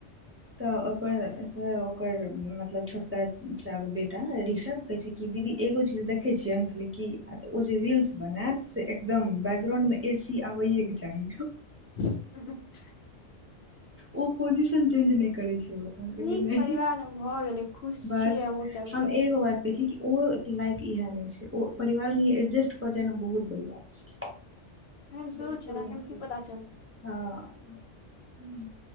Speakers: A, on the right; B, on the left.
A: तऽ ओकरसँ ओकर मतलब छोटका चाचा के बेटा ऋषभ कहै छै कि दीदी एगो चीज देखै छियै हम कहलियै कि आ तऽ ओ जे रील्स बनायत एकदम बैकग्राउंड मे ए सी आबैए के चाही
B: <inaudible>
A: ओ पोजीशन चेंज नहि करै छै
B: नीक परिवार मे भऽ गेलै खुश
A: बस
B: छियै हमहुँ सब
A: हम
B: लेकिन
A: एगो बात कहै छी ओ लाइक इएह नहि छै ओ परिवारमे ई एडजस्ट कऽ जाइना बहुत बड़ी बात छै
B: एहन
A: बिलकुल
B: शुरू छल
A: नहि
B: एखन
A: छै
B: की पता चलतै
A: हँ